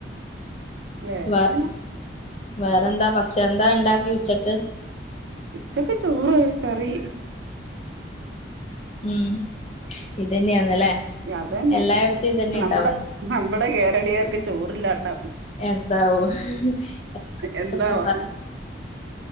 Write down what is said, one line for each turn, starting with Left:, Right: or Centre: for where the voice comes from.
Right: വേറെന
Left: വേ വേറെന്താ പക്ഷെ എന്താ ഉണ്ടാക്കി ഉച്ചക്ക്.
Right: ഉച്ചക്ക് ചോറ്, കറി.
Left: ഉം ഇതന്നെയാന്നല്ലേ.
Right: അത് തന്നെയല്ലേ
Left: എല്ലായിടത്തും ഇ തന്നെ
Right: നമ്മുടെ
Left: ഇണ്ടാവന്ന്.
Right: നമ്മുടെ കേരളീയർക്ക് ചോറ്ഇല്ലാണ്ട.
Left: എന്താവും <unintelligible>
Right: എന്താവാനാ